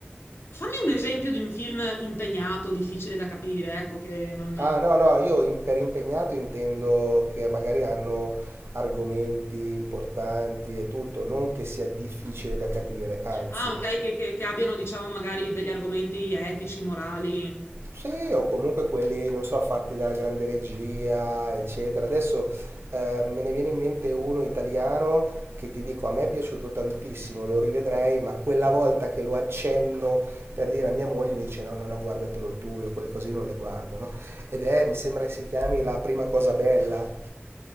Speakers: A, on the left (about 80°); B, on the right (about 80°).
A: Fammi un esempio di un film impegnato, difficile da capire, ecco, che non...
B: Ah, no, no, io in- per impegnato intendo che magari hanno argomenti importanti e tutto, non che sia difficile da capire, anzi.
A: Ah, ok, che, che- che abbiano, diciamo, magari degli argomenti etici, morali.
B: Sì, o comunque quelli, non so, fatti dalla grande regia, eccetera. Adesso eh, me ne viene in mente uno italiano che ti dico, a me è piaciuto tantissimo, lo rivedrei, ma quella volta che lo accenno per dire a mia moglie mi dice no, no, no, guardatelo tu, io quelle cose non le guardo, no? Ed è, mi sembra che si chiami La prima cosa bella,